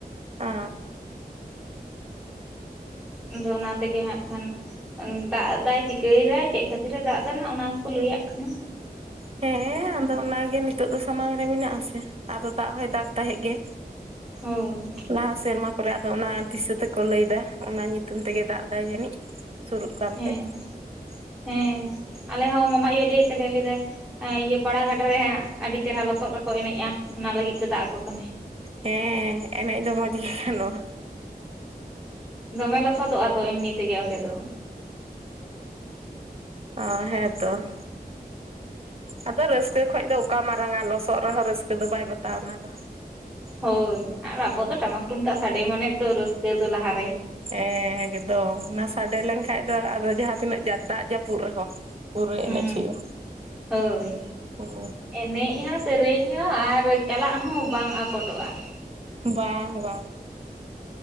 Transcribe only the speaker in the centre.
ᱟᱫᱚ ᱚᱱᱟᱛᱮᱜᱮ ᱦᱟᱸᱜ ᱠᱷᱟᱱ ᱫᱟᱜ ᱮ ᱫᱟᱭ ᱪᱤᱠᱟᱹᱭ ᱫᱟ ᱪᱮᱫ ᱠᱷᱟᱹᱛᱤᱨ ᱮ ᱫᱟᱜ ᱮᱟᱱᱟ ᱚᱱᱟᱠᱚ ᱞᱟᱹᱭ ᱨᱮᱭᱟᱜ ᱠᱟᱱᱟ᱾
ᱦᱳᱭ
ᱦᱮᱸ ᱦᱮᱸ᱾ ᱟᱞᱮᱦᱚᱸ ᱢᱟᱢᱟ ᱟᱭᱳ ᱞᱟᱹᱭᱮᱫ ᱛᱟᱞᱮᱭᱟ ᱞᱟᱹᱭᱟᱭ ᱤᱭᱟᱹ ᱯᱟᱲᱟᱜᱷᱟᱴ ᱨᱮ ᱦᱟᱸᱜ ᱟᱹᱰᱤ ᱪᱮᱨᱦᱟ ᱞᱚᱥᱚᱫ ᱨᱮᱠᱚ ᱮᱱᱮᱡᱼᱟ᱾ ᱚᱱᱟ ᱞᱟᱹᱜᱤᱫ ᱛᱮ ᱫᱟᱜ ᱟᱠᱚ ᱠᱟᱱᱟᱭ᱾
ᱫᱚᱢᱮ ᱞᱚᱥᱚᱫᱚᱜᱼᱟ ᱛᱚ ᱮᱢᱱᱤ ᱛᱮᱜᱮ ᱚᱸᱰᱮ ᱫᱚ᱾
ᱦᱳᱭ ᱟᱨ ᱟᱵᱚ ᱫᱚ ᱴᱟᱢᱟᱠ ᱛᱩᱢᱫᱟᱜ ᱥᱟᱰᱮ ᱢᱟᱱᱮ ᱛᱚ ᱨᱟᱹᱥᱠᱟᱹ ᱫᱚ ᱞᱟᱦᱟ
ᱦᱩᱸ
ᱦᱳᱭ
ᱮᱱᱮᱡ ᱦᱚᱸ ᱥᱮᱨᱮᱧ ᱦᱚᱸ ᱟᱨ ᱪᱟᱞᱟᱜ ᱦᱚᱸ ᱵᱟᱝ ᱟᱠᱚᱴᱚᱜᱼᱟ᱾ <unintelligible>